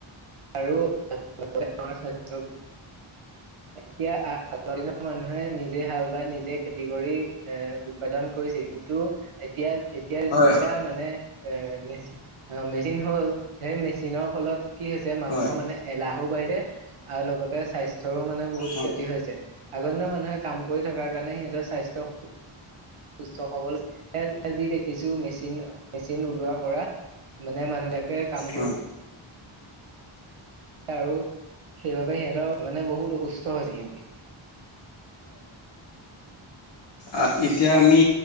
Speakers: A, on the right; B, on the left.
A: আৰু স্বাস্থ্য এতিয়া আগৰ দিনৰ মানুহে নিজে হাল বাই নিজে খেতি কৰি এ উৎপাদন কৰিছিল কিন্তু এতিয়া এতিয়া
B: হয়
A: যেতিয়া
B: হয়
A: মানে এ মেচ মেচিন হ'ল সেই মেচিনৰ ফলত কি যে মানুহৰ
B: হয়
A: মানে এলাহো বাঢ়ছে আৰু লগতে স্বাস্থ্যৰো মানে বহুত
B: হয়
A: ক্ষতি হৈছে আগন্তৰ মানুহে কাম কৰি থকাৰ কাৰণে সিহঁতৰ স্বাস্থ্য চ্চ হ'বলৈ যি দেখিছো মেচিন, মেচিন ওলোৱাৰ পৰা মানে মানুহবিলাকে কাম
B: হয়
A: কৰ আৰু সেইবাবে সিহঁতৰ মানে বহুত সুস্থ হয় সিহঁতি।
B: আ, এতিয়া আমি